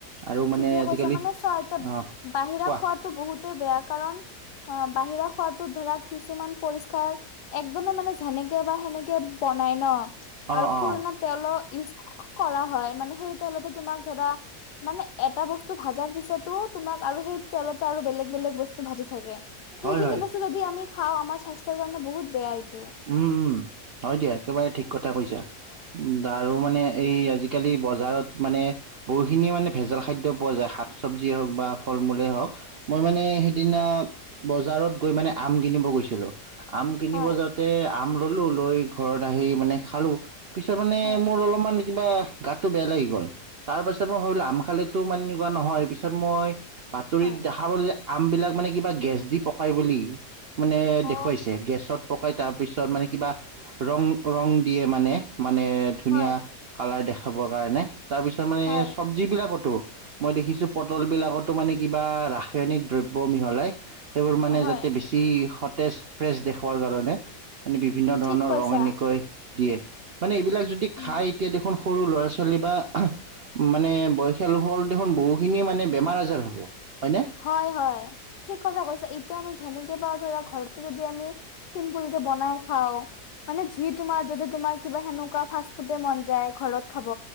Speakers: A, on the right (about 65°); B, on the left (about 85°).
A: আৰু মানে
B: ঠিকে
A: আজিকালি
B: কৈছা মানে চোৱা এতিয়া বাহিৰা
A: অ কোৱা
B: খোৱাতটো বহুতেই বেয়া কাৰণ অ', বাহিৰা খোৱাতো ধৰা কিছুমান পৰিস্কাৰ একদমে মানে যেনেকে বা সেনেকে বনাই ন।
A: অ
B: আৰু
A: অ
B: পুৰণা তেল ইউজ কৰা হয় মানে সেই তেলতো তোমাক ধৰা মানে এটা বস্তু ভাজাৰ পিছতো তোমাক আৰু সেই তেলতে আৰু বেলেগ, বেলেগ বস্তু ভাজি থাকে। সেইখিনি
A: হয় হয়
B: বস্তু যদি আমি খাওঁ আমাৰ স্বাস্থ্যৰ কাৰণে বহুত বেয়া এইটো
A: উম, উম হয় দিয়া একেবাৰে ঠিক কথা কৈছা উ আৰু
B: অ
A: মানে এই আজিকালি বজাৰত মানে বহুখিনিয়ে মানে ভেজাল খাদ্য পোৱা যায় শাক চব্জিয়ে হওক বা ফল মূলেই হওঁক মই মানে সিদিনা বজাৰত গৈ মানে আম কিনিব গৈছিলো আম কিনিব
B: হয়
A: যা তাতে আম ললোঁ লৈ ঘৰত আহি মানে খালোঁ পিছত মানে
B: হয়
A: মোৰ অলপমান কিবা গাতটো বেয়া লাগি গ'ল তাৰ পাছত মই ভাবিলোঁ আম খালেতো মানে এনেকুৱা নহয় পিছত মই বাতৰিত
B: হয়
A: দেখা পালো আমবিলাক মানে কিবা গেছ দি পকাই বুলি মানে
B: অ
A: দেখুৱাইছে তে গেছত পকাই তাৰপিছত মানে কিবা ৰং ৰং দিয়ে মানে, মানে ধুনীয়া
B: হয়
A: কালাৰ দেখাবৰ কাৰণে তাৰ পিছত মানে
B: হয়
A: চব যিবিলাকতো মই দেখিছোঁ পটল বিলাকতো মানে কিবা ৰাসায়নিক দ্ৰব্য মিহলাই সেইবোৰ মানে
B: হয়
A: যাতে বেছি সতেজ ফ্ৰেছ দেখুওৱাৰ কাৰণে। মানে বিভিন্ন ধৰণৰ
B: ঠিক কৈছা
A: ৰং এনেকৈ দিয়ে মানে এইবিলাক যদি
B: উম
A: খাই এতিয়া দেখোন সৰু ল'ৰা ছোৱালী বা মানে বয়সীয়া লোকসকল দেখোন বহুখিনিয়ে মানে বেমাৰ আজাৰ হ'ব হয়নে।
B: হয়, হয় ঠিক কথা কৈছা এতিয়া আমি যেনেকে পাওঁ ধৰা ঘৰতো যদি আমি চিম্পুল কে বনাই খাওঁ মান যি তোমাৰ যদি তোমাৰ কিবা সেনেকুৱা ফাৰ্ষ্ট ফুডৰ মন যায় ঘৰত খাব।